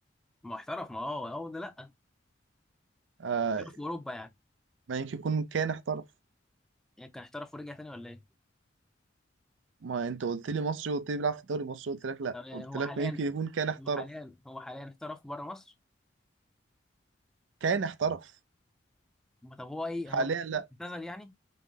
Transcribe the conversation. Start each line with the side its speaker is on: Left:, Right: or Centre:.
Centre: ما احترف ما هو هو ده لا
Right: آه
Centre: احترف في اوروبا يعني
Right: ما يمكن يكون كان احترف
Centre: يعني كان احترف ورجع تاني ولا ايه
Right: ما انت قلت لي مصري قلت لي بيلعب في الدوري المصري قلت لك لا
Centre: طب آه،
Right: قلت
Centre: هو
Right: لك
Centre: حاليا
Right: ما يمكن يكون كان احترف
Centre: هو حاليا هو حاليا احترف بره مصر
Right: كان احترف
Centre: ما طب هو ايه
Right: حاليا
Centre: هو دلوقتي
Right: لا
Centre: اعتزل يعني